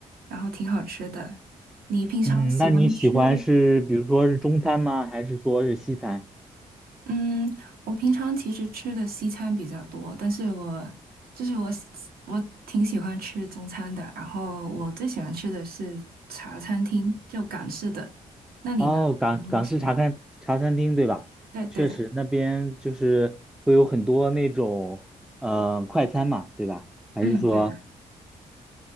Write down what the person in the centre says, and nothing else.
嗯，那你喜欢是比如说是中餐吗？还是说是西餐？
哦，
港港式茶餐茶餐厅对吧？
确实那边就是会有很多那种呃快餐嘛，对吧？还是说